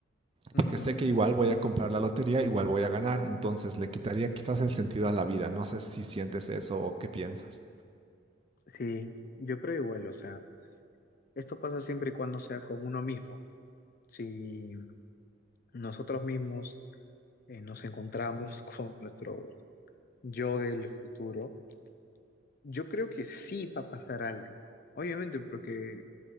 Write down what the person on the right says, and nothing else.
Porque sé que igual voy a comprar la lotería, igual voy a ganar, entonces le quitaría quizás el sentido a la vida. No sé si sientes eso o qué piensas.